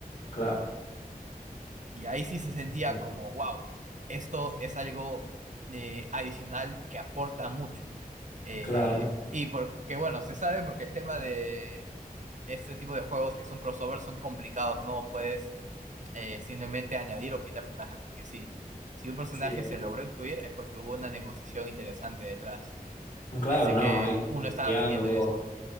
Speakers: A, on the left (about 60°); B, on the right (about 50°).
A: claro,
B: Y ahí sí se sentía
A: sí,
B: como, wow, esto es algo eh, adicional que aporta mucho. Eh,
A: claro,
B: y porque, bueno, se sabe porque el tema de este tipo de juegos que son crossovers son complicados, no puedes eh, simplemente añadir o quitar personajes porque sí. Si un personaje
A: Sí, obvio.
B: se logró incluir es porque hubo una negociación interesante detrás.
A: claro,
B: Así
A: no,
B: que
A: hay
B: uno
A: eh,
B: estaba
A: diálogos,
B: pendiente de eso.